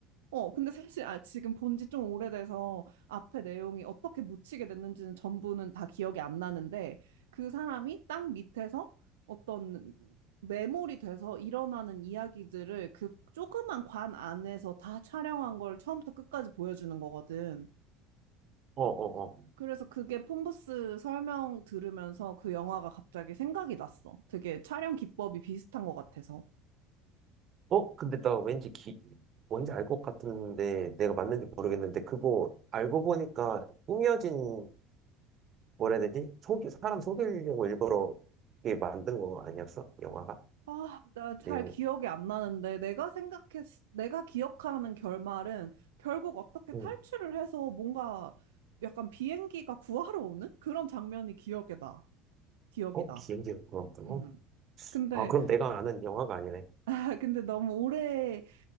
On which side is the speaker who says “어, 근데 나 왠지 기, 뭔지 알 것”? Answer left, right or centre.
Right